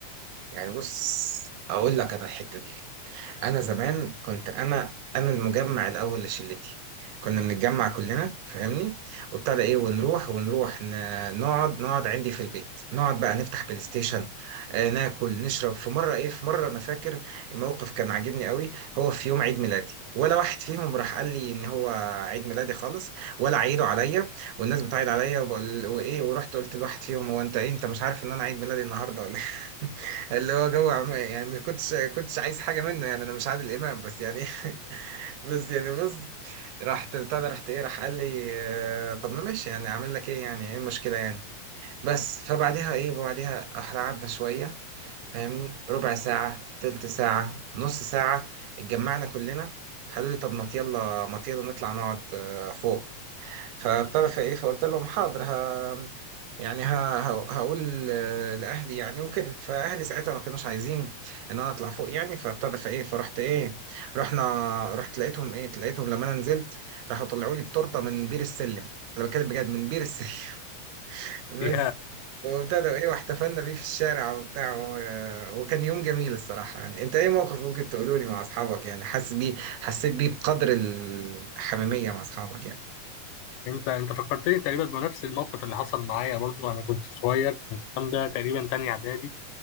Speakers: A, on the right (about 85°); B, on the left (about 80°).
A: يعني بص اقول لك انا الحته دي انا زمان كنت انا انا المجمع الاول لشلتي كنا بنتجمع كلنا فاهمني وابتدى ايه ونروح ونروح ن- نقعد نقعد عندي في البيت نقعد بقى نفتح بلاي ستيشن آه ناكل نشرب في مره ايه في مره انا فاكر الموقف كان عاجبني قوي هو في يوم عيد ميلادي ولا واحد فيهم راح قال لي ان هو عيد ميلادي خالص ولا عيدوا عليا والناس بتعيد عليا وبقول وايه ورحت قلت لواحد فيهم هو انت ايه انت مش عارف ان انا عيد ميلادي النهارده ولا إيه؟ <laughs> اللي هو جو عم- يعني مش كنتش كنتش عايز حاجه منه يعني انا مش عادل امام بس يعني <laughs> بس يعني بص رحت بتاع ده، رحت ايه راح قال لي آه، طب ما ماشي يعني اعمل لك ايه يعني ايه المشكله يعني بس فبعديها ايه بعديها احنا قعدنا شويه فاهمني ربع ساعه تلت ساعه نص ساعه اتجمعنا كلنا قالوا لي طب ما يلا ما يلا نطلع نقعد آه، فوق فبتعرف ايه فقلت لهم حاضر ها يعني ها ها- هقول آه، لاهلي يعني وكده فاهلي ساعتها ما كانوش عايزين ان انا اطلع فوق يعني فبتعرف ايه فرحت ايه رحنا رحت لقيتهم ايه لقيتهم لما انا نزلت راحوا طلعوا لي بتورته من بير السلم انا بتكلم بجد من بير السلم <laughs> بس
B: ايه
A: وابتدى ايه واحتفلنا بيه في الشارع وبتاع و- وكان يوم جميل الصراحة يعني انت ايه موقف ممكن تقوله لي مع اصحابك يعني حاسس بيه حسيت بيه بقدر الحميمية مع اصحابك يعني
B: انت انت فكرتني تقريبا بنفس الموقف اللي حصل معايا برضو انا كنت صغير كان الكلام ده تقريبا تاني اعدادي